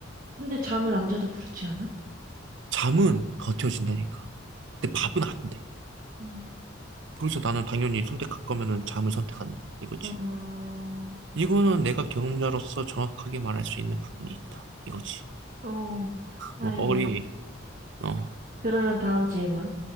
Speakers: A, on the right (about 45°); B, on the right (about 65°).
A: 근데 잠을 안 자도 그렇지 않아?
B: 잠은 버텨진다니까. 근데 밥은
A: 어,
B: 안 돼.
A: 음.
B: 그래서 나는 당연히 선택할 거면은 잠을 선택한다. 이거지.
A: 어,
B: 이거는 내가 경험자로서 정확하게 말할 수 있는 부분이 있다. 이거지.
A: 어, 알겠어.
B: 뭐, 거리, 어,
A: 그러면 다음 질문.